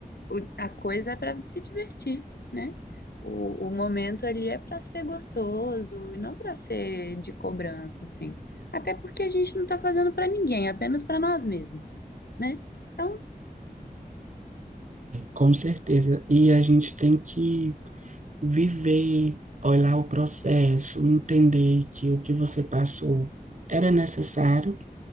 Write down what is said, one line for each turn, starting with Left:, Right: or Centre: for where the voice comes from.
Left: o- a coisa é para se divertir, né? O, o momento ali é para ser gostoso e não para ser de cobrança, assim. Até porque a gente não tá fazendo para ninguém, apenas para nós mesmos, né? Então,
Right: Com certeza. E a gente tem que viver, olhar o processo, entender que o que você passou era necessário